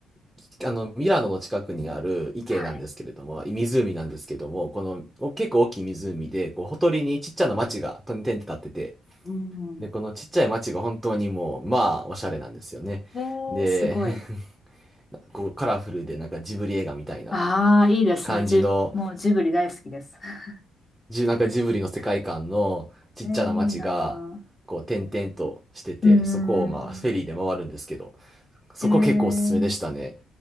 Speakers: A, in the centre; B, on the left.
A: きあの、ミラノの近くにある池なんですけれども、
B: はい。
A: 湖なんですけども、このお結構大きい湖で、こう、ほとりにちっちゃな町が点々と立ってて、
B: うん。
A: で、このちっちゃい町が本当にもう、まあ、おしゃれなんですよね。
B: えー、
A: で、
B: すごい。
A: <laughs> こうカラフルでなんかジブリ映画みたいな
B: ああ、いいですね。
A: 感じの、
B: じ、もうジブリ大好きです。<laughs>
A: じなんかジブリの世界観のちっちゃな町が、
B: えー、いいな
A: こう、点々としてて、
B: ー。うーん。
A: そこをまあ、フェリーで回るんですけど、そこ結構おすすめでしたね。
B: えー、